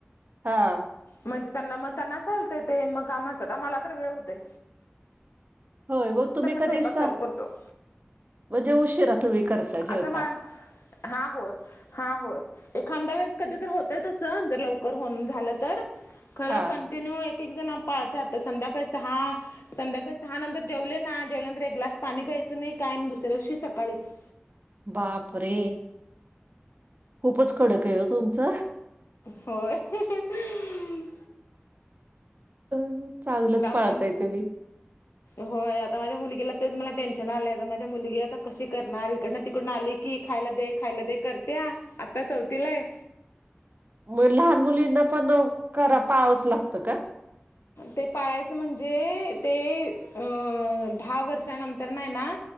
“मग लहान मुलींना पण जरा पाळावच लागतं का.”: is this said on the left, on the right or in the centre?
Right